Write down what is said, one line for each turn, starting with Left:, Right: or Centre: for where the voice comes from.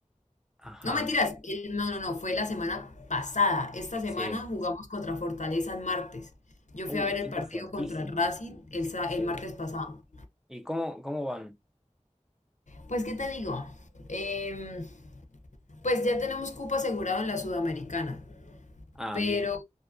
Centre: ajá,
Left: No mentiras, el- no, no, no, fue la semana pasada. Esta semana
Centre: sí.
Left: jugamos contra Fortaleza el martes. Yo
Centre: Uy,
Left: fui a ver
Centre: equipo
Left: el partido
Centre: fuertísimo.
Left: contra el Racing el, sa-
Centre: Sí.
Left: el martes pasado.
Centre: ¿Y cómo, cómo van?
Left: Pues, ¿qué te digo? Em, pues ya tenemos cupo asegurado en la Sudamericana.
Centre: Ah,
Left: pero
Centre: bien.